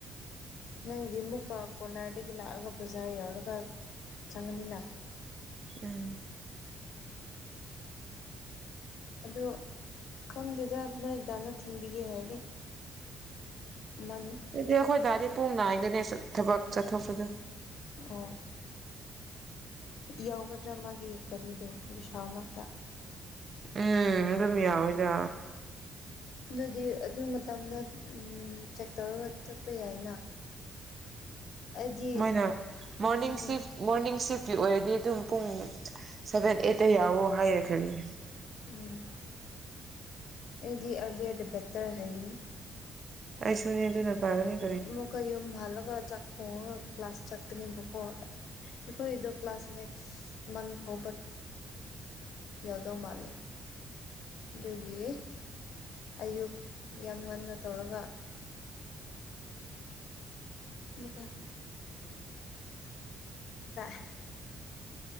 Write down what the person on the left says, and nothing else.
ꯅꯪꯗꯤ ꯑꯃꯨꯛꯀ ꯀꯣꯔꯅꯥꯔꯗꯒꯤ ꯂꯥꯛꯑꯒ ꯕꯖꯥꯔ ꯌꯥꯎꯔꯒ ꯆꯪꯉꯅꯤꯅ
ꯑꯗꯣ ꯈꯪꯗꯦꯗ ꯅꯣꯏ ꯗꯥꯟꯅ ꯊꯤꯟꯕꯤꯒꯦ ꯍꯥꯏꯗꯤ ꯃꯥꯅꯤ
ꯑꯣ ꯌꯧꯒꯗ꯭ꯔꯥ ꯃꯥꯒꯤ ꯒꯥꯔꯤꯗꯣ ꯕꯤꯁꯥꯜ ꯅꯛꯇ
ꯑꯗꯨꯗꯤ ꯑꯗꯨ ꯃꯇꯝꯗ ꯆꯦꯛ ꯇꯧꯔꯒ ꯆꯠꯄ ꯌꯥꯏꯅ ꯑꯩꯗꯤ
ꯑꯝ
ꯎꯝ ꯑꯩꯗꯤ ꯑꯔꯂꯤꯂꯤꯌꯥ <unintelligible> ꯍꯥꯏꯒꯅꯤ
ꯑꯃꯨꯛꯀ ꯌꯨꯝ ꯍꯜꯂꯒ ꯆꯥꯛ ꯊꯣꯡꯉꯒ ꯀ꯭ꯂꯥꯁ ꯆꯠꯀꯅꯤꯕꯀꯣ ꯑꯩꯈꯣꯏꯗꯣ ꯀ꯭ꯂꯥꯁ ꯅꯦꯛꯁ ꯃꯟꯠ ꯐꯥꯎꯕ ꯌꯥꯎꯗꯧ ꯃꯥꯜꯂꯦ ꯑꯗꯨꯒꯤ ꯑꯌꯨꯛ ꯌꯥꯝ ꯉꯟꯅ ꯇꯧꯔꯒ ꯗ <unintelligible>